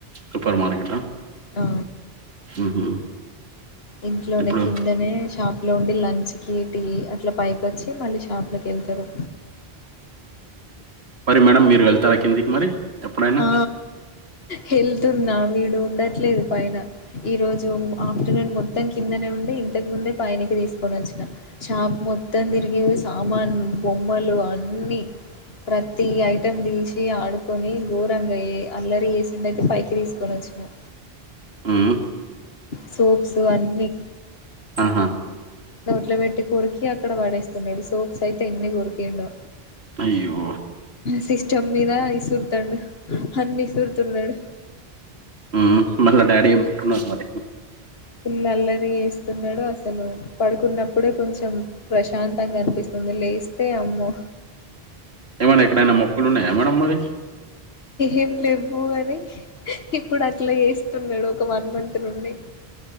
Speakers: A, on the right; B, on the left.
A: సూపర్ మార్కెట్ ఆ
B: ఆ
A: ఉహు
B: ఇంట్లోనే
A: ఇప్పుడు
B: కిందనే షాప్ లోండి లంచ్ కి టీ అట్లా పైకి వచ్చి మళ్ళీ షాప్ లోకి వెళ్తారు
A: మరి మేడం మీరు వెళ్తారా కిందికి మరి ఎప్పుడైనా
B: ఆ వెళ్తున్నా వీడు ఉండట్లేదు పైన ఈ రోజు ఆఫ్టర్నూన్ మొత్తం కిందనే ఉండి ఇంతకుముందే పైనకి తీసుకొని వచ్చిన షాప్ మొత్తం తిరిగి సామాన్లు బొమ్మలు అన్నీ ప్రతి ఐటం తీసి ఆడుకొని ఘోరంగా అల్లరి చేసిండు అయితే పైకి తీసుకొని వచ్చినము
A: ఉ
B: సోప్సు అన్నీ
A: ఆహా
B: ఒకట్లో పెట్టి కొరికి అక్కడ వాడేస్తున్నాడు సోప్స్ అయితే ఎన్ని కొరికిండు
A: అయ్యో
B: సిస్టమ్ మీద విసురుతండు అన్ని విసురుతున్నాడు
A: ఉ మళ్ళా డాడీ ఏమంటున్నారు మరి
B: వీళ్ళ అల్లరి చేస్ వస్తున్నాడు అసలు పడుకున్నప్పుడే కొంచెం ప్రశాంతంగా అనిపిస్తది లేస్తే అమ్మో
A: ఏమైనా ఎక్కడైనా మొక్కలు ఉన్నాయా మేడమ్ మరి
B: ఏం లేబు అని ఇప్పుడు అట్లా చేస్తున్నాడు ఒక వన్ మంత్ నుండి